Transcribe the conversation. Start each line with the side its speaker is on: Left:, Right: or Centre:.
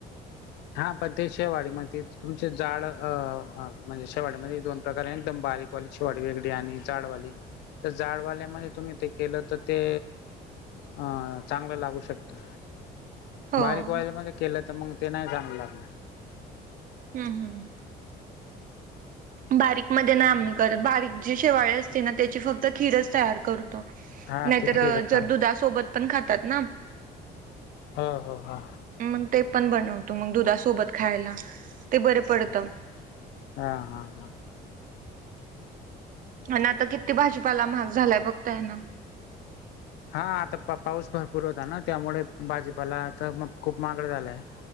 Left: हा पण ते शेवाळी मध्ये तुमचे जाड अ म्हणजे शेवाळीमध्ये दोन प्रकार आहे एकदम बारीक. पॉलीश वाडी वेगळी आणि जाडवाली, तर जाडवाल्यामध्ये तुम्ही ते केलं तर ते अ चांगलं लागू शकतं.
Right: हो
Left: बारीक
Right: हम्म
Left: वाली मध्ये केलं, तर मग ते नाही चांगल लागणार.
Right: हम्.. हम्म. बारीकमध्ये नाही आम्ही करत. बारीक जी शेवाळे असते ना, त्याची फक्त खीरच तयार करतो.
Left: हा
Right: नाहीतर
Left: ते खीरच चांगलं
Right: जर दुधासोबत पण खातात ना.
Left: ह.. ह.. हा.
Right: मग ते पण बनवतो, मग दुधासोबत खायला. ते बरं पडतं.
Left: हा.. हा.. हा.
Right: आणि आता किती भाजीपाला महाग झालाय. बघताय ना.
Left: हा आता पा पाऊस भरपूर होता ना, त्यामुळे भाजीपाला आ तर म खूप महागडा झालाय.